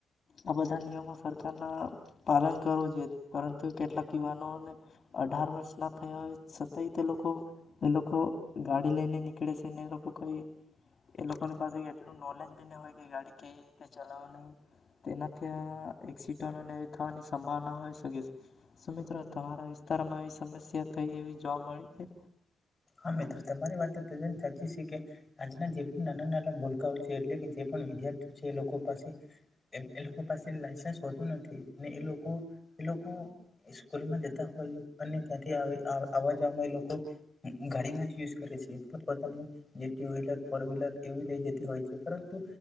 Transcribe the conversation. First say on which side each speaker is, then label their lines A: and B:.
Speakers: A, on the left; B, on the left.
A: આ બધા નિયમો સરકારના પાલન કરવું જોઈએ પરંતુ કેટલાક યુવાનોને અઢાર વર્ષ ના થયા હોય થઈ તે લોકો એ લોકો ગાડી લઈને નીકળે શે ને એ લોકો કંઈ એ લોકોની પાસેઈ એટલું નોલેજ બ ન હોય કે ગાડી કવી રીતે ચલાવવાને હોય તેનાથી આ એક્સિડન્ટને એવી થવાની સંભાવના હોઈ શકે શે શું મિત્રો તમારા વિસ્તારમાં એવી સમસ્યા થઈ એવી જોવા મળ છે
B: હા, મિત્રો તમારી વાત તો તદ્દન સાચી છે, કે આજના જે પણ નાના નાના ભૂલકાઓ છે એટલે કે જે પણ વિદ્યાર્થીઓ છે એ લોકો પાસે, એ લોકો પાસે લાઇસન્સ હોતું નથી ને લોકો, એ લોકો સ્કૂલમાં જતા હોય અને ત્યાંથી આવવા જ એ લોકો ગાડી નો યુઝ કરે છે પોતપોતાની જે ટુ વ્હીલર, ફોર વ્હીલર, એવી લઈ જતી હોય છે, પરંતુ